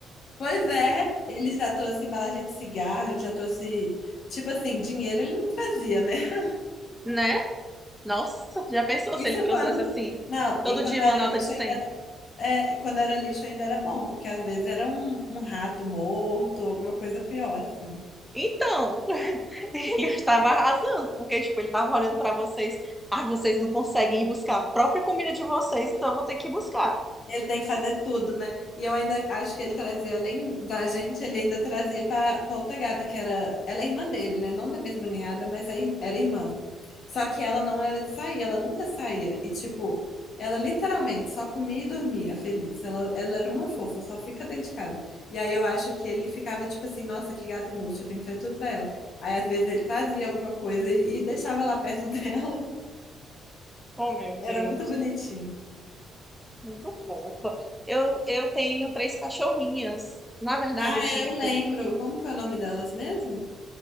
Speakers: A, on the left (about 60°); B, in the centre.
A: Pois é, ele já trouxe embalagem de cigarro, ele já trouxe, tipo assim, dinheiro ele não trazia, né? <laughs>
B: <laughs> né? Nossa, já pensou
A: Isso
B: se ele trouxesse
A: quando,
B: assim,
A: não,
B: todo
A: e quando
B: dia uma
A: era
B: nota
A: lixo
B: de 100?
A: ainda era, é, quando era lixo ainda era bom, porque às vezes era um, um rato morto, alguma coisa pior, assim.
B: Então, <laughs> ele estava arrasando, porque, tipo, ele estava olhando para vocês. Ah, vocês não conseguem ir buscar a própria comida de vocês, então eu vou ter que ir buscar.
A: Ele tem que fazer tudo, né? E eu ainda acho que ele trazia, além da gente, ele ainda trazia pra pra outra gata, que era. Ela é irmã dele, né? Não da mesma ninhada, mas é ir- era irmã. Só que ela não era de sair, ela nunca saía. E, tipo, ela literalmente só comia e dormia feliz. Ela, ela era uma fofa, só fica dentro de casa. E aí eu acho que ele ficava, tipo assim, nossa, que gata inútil, eu tenho que fazer tudo pra ela. Aí às vezes ele trazia alguma coisa e, e deixava lá perto dela. <laughs>
B: Oh, meu
A: Era
B: Deus,
A: muito bonitinho.
B: que muito fofa. Eu, eu tenho três cachorrinhas. Na verdade,
A: Ah,
B: eu tinha...
A: é, eu lembro. Como que é o nome delas mesmo?